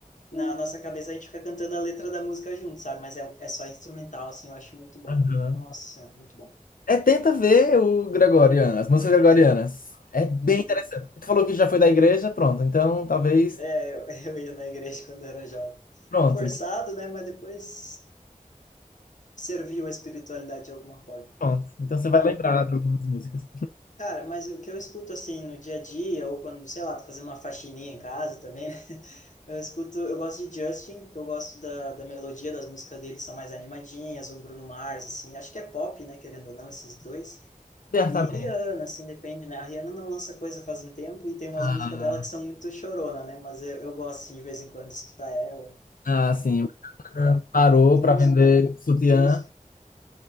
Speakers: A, on the left; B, on the left.
A: na nossa cabeça a gente fica cantando a letra da música junto, sabe? Mas é, é só instrumental, assim, eu acho muito bom.
B: Aham.
A: Nossa, muito bom.
B: É, tenta ver o Gregoriano, as músicas gregorianas. É bem
A: Uhum.
B: interessante. Tu falou que já foi da igreja, pronto. Então, talvez.
A: Eu <laughs> eu ia na igreja quando era jovem.
B: Pronto,
A: Forçado,
B: então,
A: né? Mas depois. serviu a espiritualidade de alguma forma.
B: pronto. Então você vai lembrar de algumas músicas.
A: Cara, mas o que eu escuto assim no dia a dia, ou quando, sei lá, tô fazendo uma faxininha em casa também, né? <laughs> Eu escuto, eu gosto de Justin, que eu gosto da, da melodia das músicas dele, são mais animadinhas, ou Bruno Mars, assim, acho que é pop, né, querendo ou não, esses dois.
B: Certamente.
A: E Rihanna, assim, depende, né? A Rihanna não lança coisa faz um tempo e tem umas
B: Ah,
A: músicas dela que são muito chorona, né? Mas eu, eu gosto, assim, de vez em quando, de escutar ela.
B: ah, sim. Rihanna Parou
A: E
B: para
A: música,
B: vender sutiã.
A: música